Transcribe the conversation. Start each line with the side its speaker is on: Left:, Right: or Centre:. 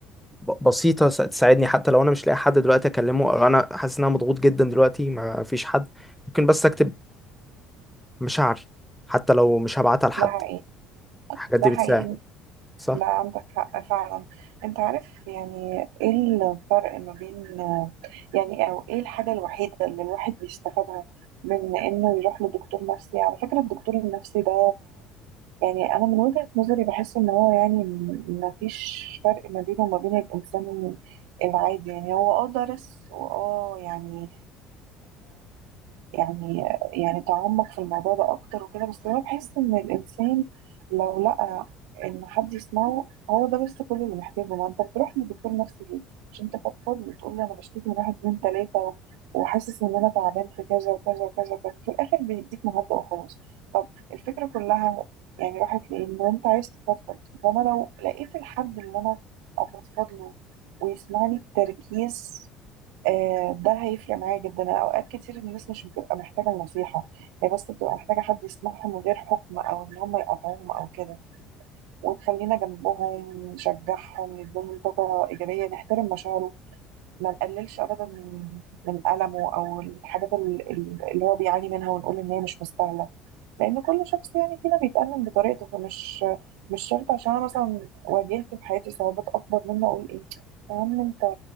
Centre: ب- بسيطة س- تساعدني حتى لو أنا مش لاقي حد دلوقتي أكلمه أو أنا حاسس إن أنا مضغوط جدا دلوقتي ما فيش حد ممكن بس أكتب مشاعري حتى لو مش هبعتها لحد
Right: ده حقيقي
Centre: الحاجات
Right: ده
Centre: دي
Right: حقيقي
Centre: بتساعد صح
Right: ده عندك حق فعلا انت عارف يعني ايه الفرق ما بين يعني او ايه الحاجة الوحيدة اللي الواحد بيستفادها من انه يروح لدكتور نفسي على فكرة الدكتور النفسي ده يعني انا من وجهة نظري بحس ان هو يعني ما فيش فرق ما بينه وما بين الانسان العادي يعني هو اه درس واه يعني يعني يعني تعمق في الموضوع ده اكتر وكده بس انا بحس ان الانسان لو لقى ان حد يسمعه هو ده بس كل اللي محتاجه ما انت بتروح لدكتور نفسي ليه مش انت فضفاض وتقول لي انا بشتكي من واحد اتنين تلاته وحاسس ان انا تعبان في كذا وكذا وكذا وكذا في الاخر بيديك مهدئ وخلاص طب الفكره كلها يعني راحت ليه ان انت عايز تفضفض فانا لو لقيت الحد اللي انا افضفض له ويسمعني بتركيز آه، ده هيفرق معايا جدا أنا اوقات كتير الناس مش بتبقى محتاجه النصيحه هي بس بتبقى محتاجه حد يسمعهم من غير حكم او ان هم يقاطعوهم او كده وتخلينا جنبهم نشجعهم نديهم طاقه ايجابيه نحترم مشاعرهم ما نقللش ابدا من من المه او الحاجات ال- ال- اللي هو بيعاني منها ونقول ان هي مش مستاهله لان كل شخص يعني فينا بيتألم بطريقته فمش مش شرط عشان انا مثلا واجهت في حياتي صعوبات اكبر منه اقول ايه يا عم انت أنت